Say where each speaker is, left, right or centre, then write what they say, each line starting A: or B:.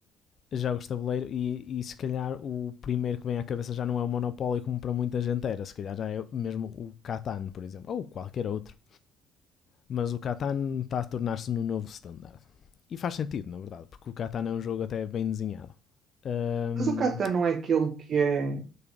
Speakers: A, on the left; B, on the right.
A: jogos de tabuleiro e, e se calhar o primeiro que vem à cabeça já não é o Monopólio como para muita gente era, se calhar já é mesmo o Catan, por exemplo, ou qualquer outro. Mas o Catan está a tornar-se no novo standard. E faz sentido, na verdade, porque o Catan é um jogo até bem desenhado. Ahm,
B: Mas o Catan não é aquele que é.